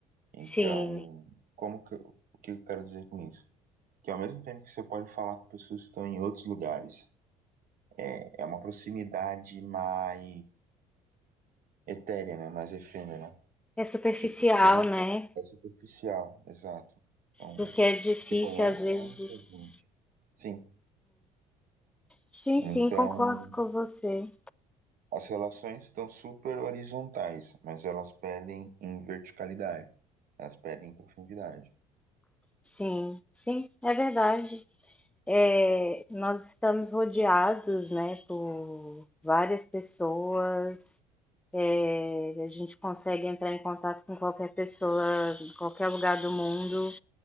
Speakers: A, on the right; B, in the centre.
A: Então,
B: Sim,
A: como que eu, o que eu quero dizer com isso? Que ao mesmo tempo que você pode falar com pessoas que estão em outros lugares, é, é uma proximidade mais etérea, né? Mais efêmera. né?
B: é superficial,
A: Tipo, você não
B: né?
A: é superficial, exato. Então,
B: Porque é difícil
A: você conhece,
B: às vezes.
A: né? Gente. Sim.
B: Sim,
A: Então,
B: sim, concordo com você.
A: As relações estão super horizontais, mas elas perdem em verticalidade, elas perdem em profundidade.
B: Sim, sim, é verdade. É, nós estamos rodeados, né, por várias pessoas. É, a gente consegue entrar em contato com qualquer pessoa, em qualquer lugar do mundo.